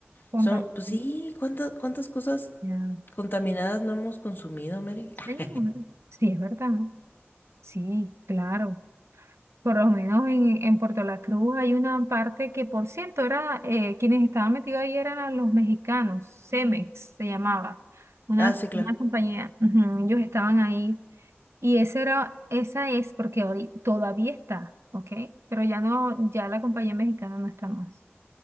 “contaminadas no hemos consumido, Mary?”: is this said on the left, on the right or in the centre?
Left